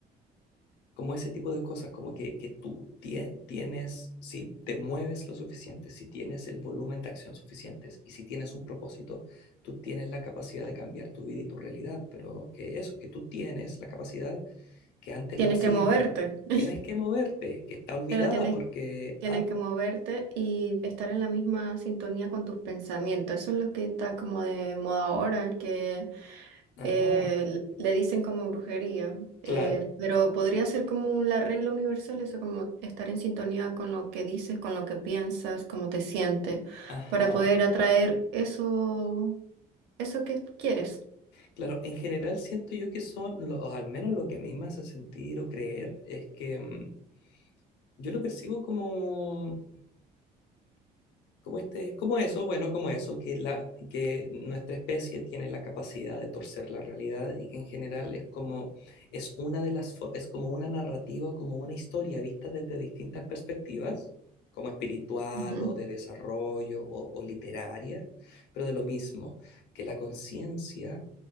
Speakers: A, on the left (about 90°); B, on the right (about 80°).
A: como ese tipo de cosas, como que, que tú tie- tienes, si te mueves lo suficiente, si tienes el volumen de acción suficientes y si tienes un propósito, tú tienes la capacidad de cambiar tu vida y tu realidad, pero que eso, que tú tienes la capacidad que antes
B: tienes
A: lo hacíamos,
B: que moverte. <laughs>
A: tienes que moverte, que está olvidada
B: Claro, tienes,
A: porque,
B: tienes
A: an-
B: que moverte y estar en la misma sintonía con tus pensamientos. Eso es lo que está como de moda ahora, que
A: ajá,
B: eh, le dicen como brujería, eh,
A: claro,
B: pero podría ser como la regla universal, eso como estar en sintonía con lo que dices, con lo que piensas, cómo te sientes,
A: ajá.
B: para poder atraer eso, eso que quieres.
A: Claro, en general siento yo que son, lo- o al menos lo que a mí me hace sentir o creer, es que mm, yo lo percibo como Como este, como eso, bueno, como eso, que, la, que nuestra especie tiene la capacidad de torcer la realidad y que en general es como, es una de las, fo- es como una narrativa, como una historia vista desde distintas perspectivas, como espiritual
B: Ujú,
A: o de desarrollo o, o literaria, pero de lo mismo, que la conciencia,